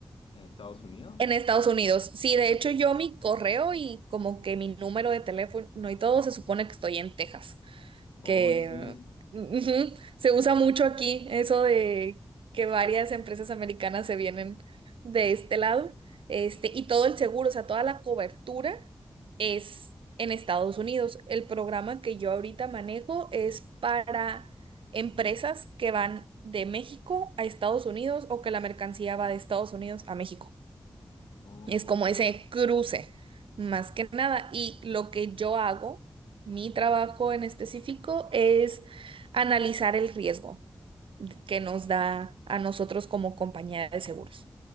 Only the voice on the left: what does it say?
en Estados Unidos.
O,
oh,
sí.
Oh,
ok.